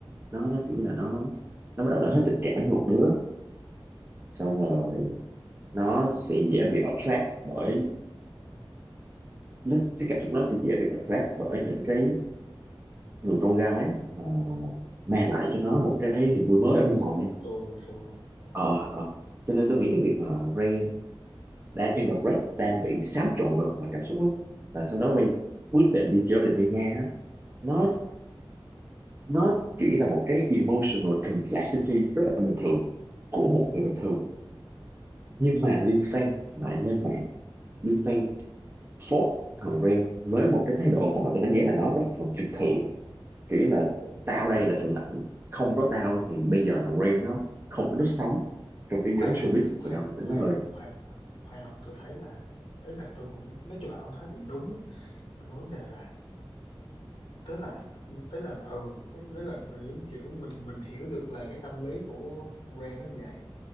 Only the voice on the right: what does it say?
nó nó kiểu như là nó nó bắt đầu nó hết tình cảm với một đứa xong rồi nó sẽ dễ bị attract bởi nó, cái cảm xúc nó sẽ dễ bị attract bởi những cái người con gái mà mang lại cho nó một cái niềm vui mới ở bên ngoài
ờ ờ. cho nên tôi nghĩ cái việc mà Rain đang in đang bị xáo trộn về mặt cảm xúc lắm và sau đó Rain quyết định đi chơi với lại Mia Nga á. nó nó kiểu như là một cái emotional complexity rất là bình thường của một người bình thường nhưng mà Lim Fan lại lên mạng Lim Fan phốt thằng Rain với một cái thái độ mà tôi đánh giá là nó rất phần trực thượng kiểu là
tao đây là thượng đẳng không có tao
thì bây giờ thằng Rain nó không có đất sống trong cái
giới showbiz
Sài Gòn thì nó
hơi